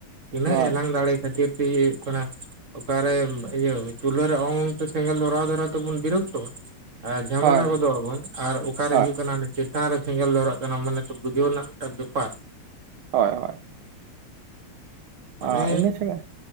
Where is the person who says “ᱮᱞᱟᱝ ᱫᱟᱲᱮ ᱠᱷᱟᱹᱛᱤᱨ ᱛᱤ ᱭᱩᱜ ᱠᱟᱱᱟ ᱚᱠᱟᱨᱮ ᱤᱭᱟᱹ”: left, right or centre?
Right